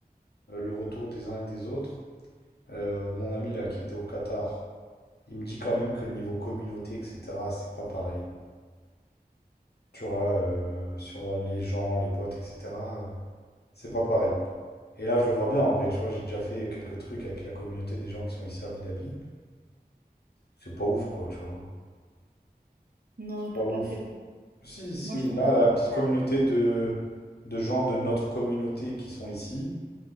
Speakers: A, on the left; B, on the right.
A: euh, le retour des uns et des autres. Euh, mon ami là, qui était au Qatar. Il me dit quand même que niveau communauté, etc., c'est pas pareil. Tu vois, euh, sur les gens, les potes, etc., euh, c'est pas pareil. Et là, je le vois bien en vrai, tu vois, j'ai déjà fait quelques trucs avec la communauté des gens qui sont ici à Abu Dhabi. C'est pas ouf, quoi, tu vois.
B: Non,
A: C'est
B: t'as
A: pas ouf.
B: pas fait vraiment.
A: Si, si,
B: Moi, je pense
A: là,
B: qu'au contraire.
A: la petite communauté de, de gens de notre communauté qui sont ici,